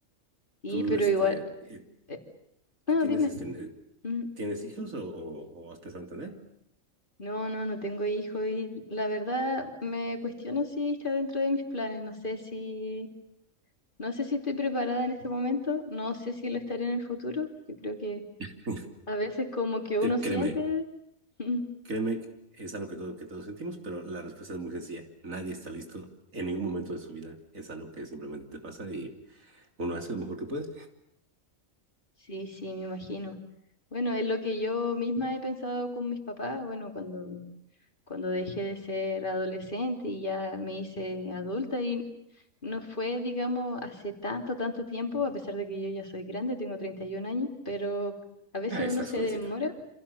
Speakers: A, on the left (about 40°); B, on the right (about 75°).
A: Sí,
B: ¿Tú,
A: pero
B: este,
A: igual...
B: eh,
A: eh,
B: tú
A: no,
B: tienes,
A: dime.
B: este, eh,
A: Ujú.
B: tienes hijos o, o, o has pensado en tener?
A: No, no, no tengo hijo y la verdad me cuestiono si está dentro de mis planes. No sé si... No sé si estoy preparada en este momento, no sé si lo estaré en el futuro. Yo creo que
B: <laughs>
A: a veces como que uno
B: Cre-
A: siente...
B: Créeme,
A: <laughs> Ujú.
B: créeme, que es algo que, todo, que todos sentimos, pero la respuesta es muy sencilla. Nadie está listo en ningún momento de su vida. Es algo que simplemente pasa y uno hace lo mejor que puede.
A: Sí, sí, me imagino. Bueno, es lo que yo misma he pensado con mis papás, bueno, cuando cuando dejé de ser adolescente y ya me hice adulta y no fue, digamos, hace tanto, tanto tiempo, a pesar de que yo ya soy grande, tengo 31 años, pero a veces
B: Ah, estás
A: uno se
B: jovencita.
A: demora,